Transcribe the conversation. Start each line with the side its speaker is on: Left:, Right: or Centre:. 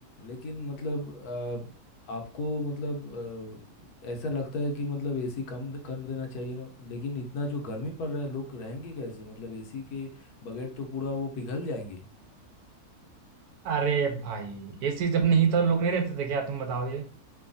Left: लेकिन मतलब अ, आपको मतलब अ, ऐसा लगता है कि मतलब एसी कम द- कर देना चाहिए ना लेकिन इतना जो गर्मी पड़ रहा है लोग रहेंगे कैसे मतलब एसी के बगैर तो पूरा वो पिघल जाएंगे
Right: अरे भाई ऐसी जब नहीं तो लोग नहीं रहते थे क्या तुम बताओ ये